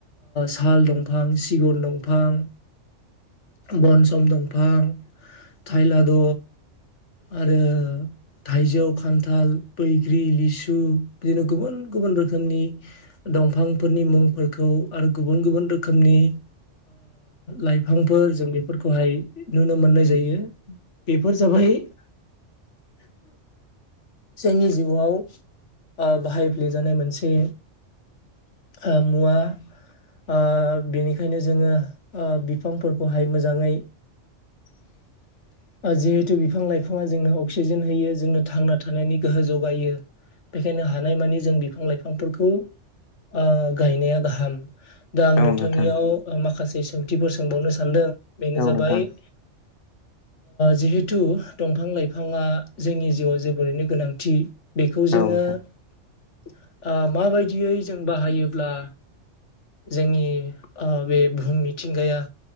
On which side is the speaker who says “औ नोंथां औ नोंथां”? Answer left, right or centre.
Left